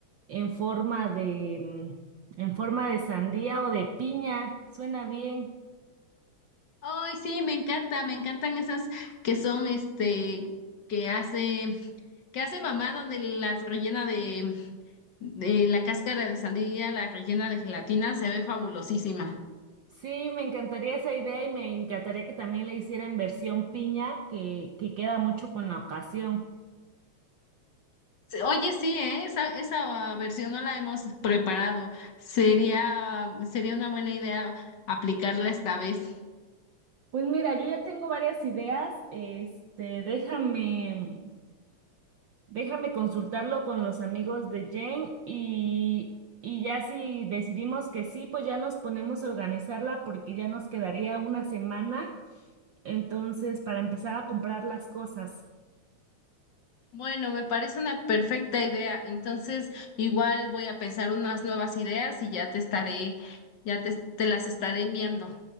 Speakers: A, on the right; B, on the left.
A: en forma de, mm, en forma de sandía o de piña. Suena bien.
B: Ay, sí, me encanta, me encantan esas que son, este, que hace, que hace mamá donde las rellena de, de la cáscara de sandía, la rellena de gelatina, se ve fabulosísima.
A: Sí, me encantaría esa idea y me encantaría que también le hiciera en versión piña, que, que queda mucho con la ocasión.
B: Sí, Oye, sí, ¿eh? Esa, esa versión no la hemos preparado. Sería, sería una buena idea aplicarla esta vez.
A: Pues mira, yo ya tengo varias ideas. Este, déjame. Déjame consultarlo con los amigos de Jane y, y ya si decidimos que sí, pues ya nos ponemos a organizarla porque ya nos quedaría una semana, entonces, para empezar a comprar las cosas.
B: Bueno, me parece una perfecta idea. Entonces, igual voy a pensar unas nuevas ideas y ya te estaré, ya te te las estaré enviando.